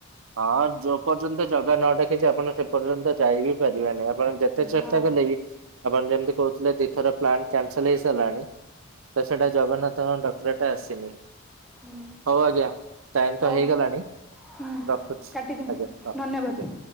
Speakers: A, on the right; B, in the centre.
A: ହଁ ଯୋଉ ପର୍ଯ୍ୟନ୍ତ ଜାଗା ନ ଡାକିଛି ଆପଣ ସେ ପର୍ଯ୍ୟନ୍ତ ଯାଇ ବିି ପାରିବେନି, ଆପଣ ଯେତେ ଯେତେ ଚେଷ୍ଟା
B: ହଁ
A: କଲେ ବି ଆପଣ ଯେମିତି କହୁଥିଲେ ଦଇଥର ପ୍ଲାନ୍ କ୍ୟାନସେଲ୍ ହେଇସାରିଲାଣି। ତ ସେଟା ଜଗନ୍ନାଥଙ୍କ ଡକରାଟା ଆସିିନି।
B: ହୁଁ
A: ହୋଉ ଆଜ୍ଞା ଟାଇମ୍
B: ହଉ
A: ତ ହେଇଗଲାଣି।
B: ହୁଁ
A: ରଖୁଚି
B: କାଟିଦିଅନ୍ତୁ
A: ଆଜ୍ଞା ହଁ
B: ଧନ୍ୟବାଦ
A: ଆଜ୍ଞା।